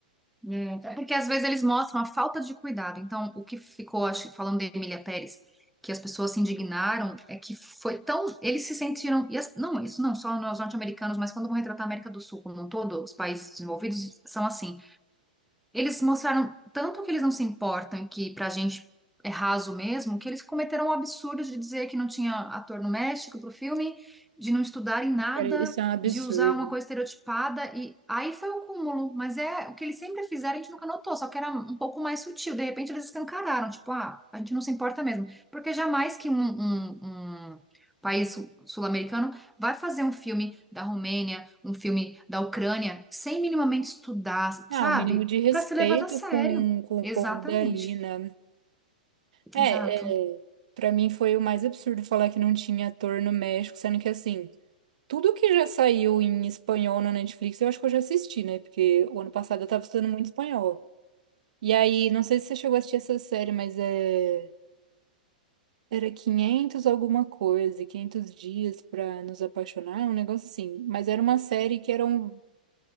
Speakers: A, in the centre; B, on the right.
A: É. É porque às vezes eles mostram a falta de cuidado. Então, o que ficou, acho, que falando de Emília Pérez, que as pessoas se indignaram, é que foi tão. Eles se sentiram. e as- não, isso não só nós norte-americanos, mas quando vão retratar a América do Sul como um todo, os países desenvolvidos são assim. Eles mostraram tanto que eles não se importam, que pra gente é raso mesmo, que eles cometeram o absurdo de dizer que não tinha ator no México pro filme, de não estudarem nada,
B: Cara, isso é um absurdo.
A: de usar uma coisa estereotipada, e aí foi o cúmulo. Mas é o que eles sempre fizeram, a gente nunca notou, só que era um pouco mais sutil. De repente eles escancararam, tipo, ah, a gente não se importa mesmo. Porque jamais que um, um- um país sul- sul-americano vai fazer um filme da Romênia, um filme da Ucrânia, sem minimamente estudar,
B: Ah,
A: sabe?
B: o mínimo de respeito
A: para ser levado a sério.
B: com, com o
A: Exatamente.
B: povo dali, né? É,
A: Exato.
B: é, para mim foi o mais absurdo falar que não tinha ator no México, sendo que assim, tudo que já saiu em espanhol na Netflix, eu acho que eu já assisti, né? Porque o ano passado eu tava estudando muito espanhol. E aí, não sei se você chegou a assistir essa série, mas é era 500 alguma coisa, 500 dias pra nos apaixonar, um negócio assim. Mas era uma série que era um